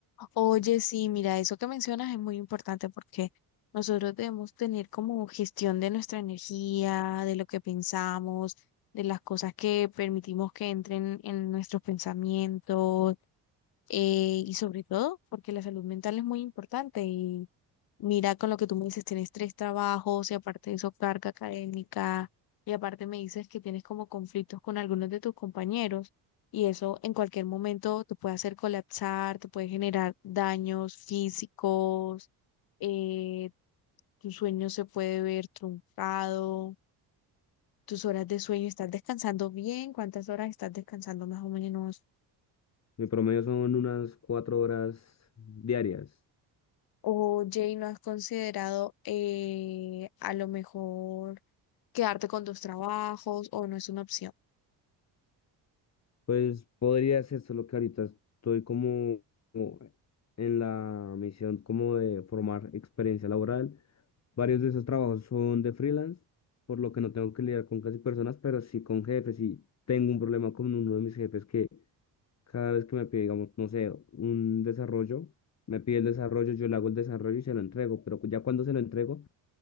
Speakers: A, on the left; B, on the left.
A: Oye, sí, mira, eso que mencionas es muy importante porque nosotros debemos tener como gestión de nuestra energía, de lo que pensamos, de las cosas que permitimos que entren en nuestros pensamientos eh, y sobre todo porque la salud mental es muy importante Mira, con lo que tú me dices, tienes tres trabajos y aparte de eso, carga académica y aparte me dices que tienes como conflictos con algunos de tus compañeros y eso en cualquier momento te puede hacer colapsar, te puede generar daños físicos, eh, tu sueño se puede ver truncado, tus horas de sueño, ¿estás descansando bien? ¿Cuántas horas estás descansando más o menos?
B: Mi promedio son unas cuatro horas diarias.
A: Oye, ¿y ¿no has considerado eh, a lo mejor quedarte con tus trabajos o no es una opción?
B: Pues podría ser solo que ahorita estoy como como en la misión como de formar experiencia laboral. Varios de esos trabajos son de freelance, por lo que no tengo que lidiar con casi personas, pero sí con jefes. Y tengo un problema con uno de mis jefes que Cada vez que me pide, digamos, no sé, un desarrollo, me pide el desarrollo, yo le hago el desarrollo y se lo entrego, pero ya cuando se lo entrego,